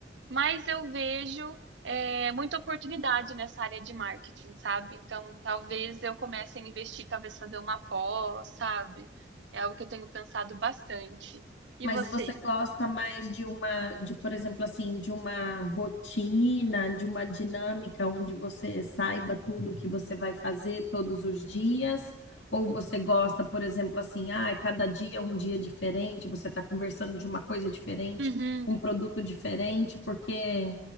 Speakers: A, on the right; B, on the left.
A: Mas eu vejo é, muita oportunidade nessa área de marketing, sabe? Então, talvez eu comece a investir, talvez fazer uma pós, sabe? É algo que eu tenho pensado bastante. E
B: Mas
A: você?
B: você gosta mais de uma, de, por exemplo, assim, de uma rotina, de uma dinâmica onde você saiba tudo o que você vai fazer todos os dias? Ou você gosta, por exemplo, assim, ah, é cada dia é um dia diferente, você está conversando de uma coisa diferente,
A: Uhum,
B: um produto diferente, porque